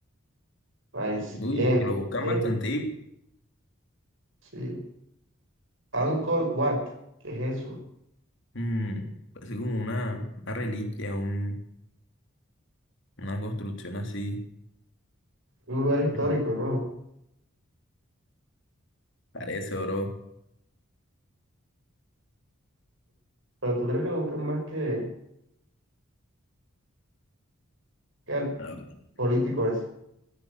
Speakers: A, on the right; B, on the left.
A: Nice.
B: uy,
A: Bien,
B: que lo buscan
A: bien.
B: bastante
A: Sí. Angkor Wat. ¿Qué es eso?
B: Mm, así como una, una reliquia, un, una construcción así.
A: Un lugar histórico,
B: Mm.
A: ¿no?
B: Parece, bro.
A: Pero tú crees que lo busquen más que, que el
B: Ah, ok.
A: político es.